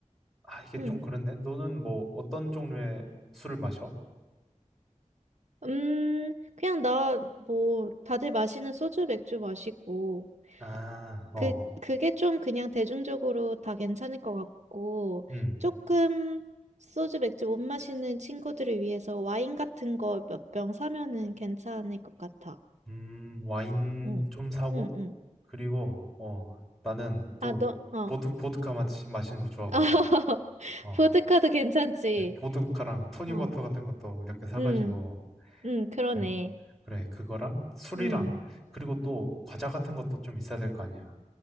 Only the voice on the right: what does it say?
응.
음, 그냥 나, 뭐, 다들 마시는 소주, 맥주 마시고,
그, 그게 좀 그냥 대중적으로 다 괜찮을 것 같고,
조금 소주, 맥주 못 마시는 친구들을 위해서 와인 같은 거 몇 병 사면은 괜찮을 것 같아.
응,
응, 응.
아, 너, 어.
<laughs>
보드카도 괜찮지.
어,
응, 응, 그러네.
응.